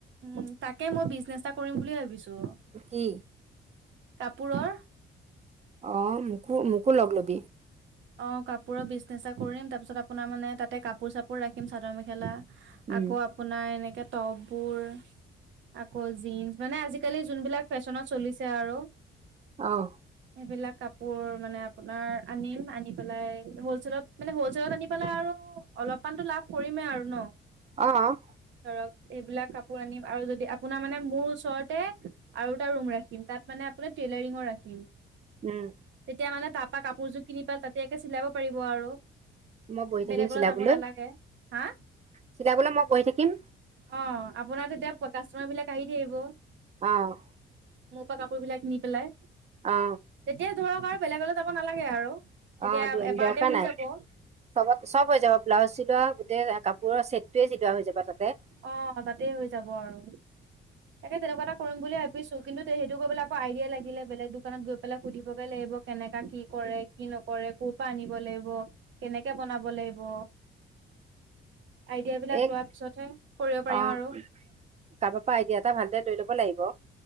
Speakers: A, on the right; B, on the right.
A: উম তাকে মই বিজনেচ এটা কৰিম বুলি ভাবিছো।
B: কি
A: কাপোৰৰ
B: অ মোকো মোকো লগ ল'বি
A: অ কাপোৰৰ বিজনেচ এটা কৰিম তাৰপিছত আপোনাৰ মানে তাতে কাপোৰ চাপোৰ ৰাখিম চাদৰ মেখেলা
B: উম
A: আকৌ আপোনাৰ এনেকে টপবোৰ আকৌ জীঞ্চ মানে আজিকালি যোনবিলাক ফেশ্বনত চলিছে আৰু
B: অ'।
A: সেইবিলাক কাপোৰ মানে আপোনাৰ আনিম আনি পেলাই হলচেলত মানে হল হলচেলত আনি পেলাই আৰু অলপমান টো লাভ কৰিমেই আৰু ন
B: অ'।
A: ধৰক এইবিলাক কাপোৰ আনিম আৰু যদি আপোনাৰ মানে মোৰ ওচৰতে আৰু এটা ৰুম ৰাখিম তাত মানে আপোনাৰ টেইলাৰিঙও ৰাখিম
B: উম।
A: তেতিয়া মানে তাৰপা কাপোৰযোৰ কিনি পেলায় তাতিয়াকে চিলাব পাৰিব আৰু
B: মই বহি থাকিম
A: বেলেগলৈ
B: চিলাবলৈ,
A: যাব নালাগে হা
B: চিলাবলৈ মই বহি থাকিম
A: অ আপোনাৰ তেতিয়া কাষ্টমাৰবিলাক আহি থাকিব
B: অ'
A: মোৰপা কাপোৰ বিলাক নি পেলাই তেতিয়া
B: অ
A: ধৰক আৰু বেলেগলৈ যাব নালাগে আৰু তেতিয়া
B: অ
A: এবাৰতে
B: দৰকাৰ
A: হৈ
B: নাই
A: যাব।
B: চবত চব হৈ যাব ব্লাউজ চিলোৱা গোটেই কাপোৰৰ ছেটটোৱে চিলোৱা হৈ যাব তাতে
A: অ তাতে হৈ যাব আৰু তাকে তেনেকুৱা এটা কৰিম বুলি ভাবি বুজিছো কিন্তু সেইটো কৰিবলৈ আকৌ আইডিয়া লাগিলে বেলেগ দোকানত গৈ পেলাই সুধিবগে লাগিব কেনেকা কি কৰে কি নকৰে ক'ৰ পৰা আনিব লাগিব কেনেকে বনাব লাগিব
B: <inaudible>
A: আইডিয়াবিলাক
B: এক
A: লোৱা পিছতহে কৰিব পাৰিম
B: অ
A: আৰু
B: কাৰবাপা আইডিয়া এটা ভালদৰে লৈ লব লাগিব